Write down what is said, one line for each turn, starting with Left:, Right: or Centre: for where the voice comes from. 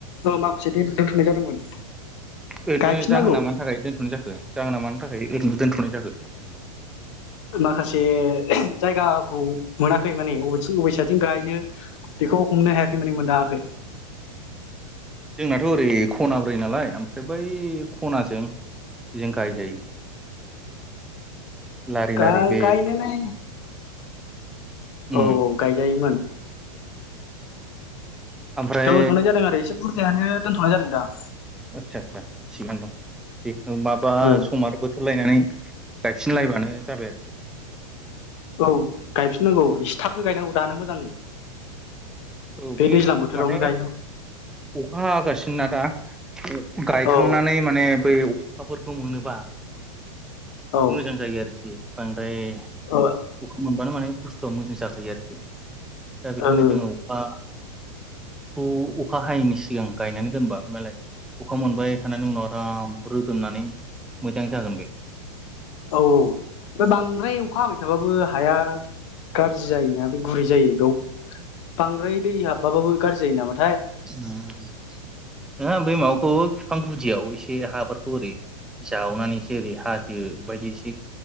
Left: औ माखासे दोन-दोन्थ'नाय जादोंमोन
Centre: ओरैनो
Left: गायफिननांगौ
Centre: जाहोना मानि थाखाय दोनथ'नाय जाखो? जाहोना मानि थाखाय? दोनथनो दोनथ'नाय जाखो?
Left: माखासे जायगाखौ मोनाखै माने अबेथि अबे सायदथिं गायनो बेखौ हमनो हायाखै माने मोनदाङाखै
Centre: जोंनाथ' ओरै खना ब्रै नालाय ओमफ्राय बै खनाजों बेजों गायजायो लारि
Left: गा-
Centre: लारि बे
Left: गायनायालाय
Centre: उम
Left: औ औ गायजायोमोन
Centre: ओमफ्राय
Left: दोंथ'नाय जादों आरो एसे बुर जायानो दोनथ'नाय जादों दा
Centre: आदसा आदसा थिगानो दं दे माबा
Left: ओ
Centre: समा आरो बोथोर लायनानै गायफिनलायबानो जाबाय आरोखि
Left: औ गायफिननांगौ एसे थाबनो गायनांगौ दानो मोजां
Centre: औ बे
Left: दैज्लां बोथोरावनो
Centre: माने
Left: गायनो
Centre: अखा हागासिनोना दा <unintelligible> गायखांनानै
Left: औ
Centre: माने बै खाफोरखौ मोनोबा
Left: औ ओ
Centre: मोजां जायो आरो- खि बां द्राय
Left: ओ
Centre: अखा मोन बानो माने बुस्थुआ मोजां जाखायो आरोखि। दा बेखायनो
Left: औ
Centre: जोङो अ खौ अखा हायैनि सिगां गायनानै दोनबा ओमालाय अखा मोनबाय थानानै उनाव आराम रोदोमनानै मोजां जागोन बे
Left: औ औ फाय बांद्राय अखा हाबाय थाबाबो हाया गाज्रि जायोना बे गुरै जायो बेयाव बांद्राय दै हाबबाबाबो गाज्रि जायो नामा
Centre: ना नोङा आं बै मावाखौ फां गुदियाव एसे हाफोरखौ ओरै जावनानै एससे ओरै हाजो बायदि एसे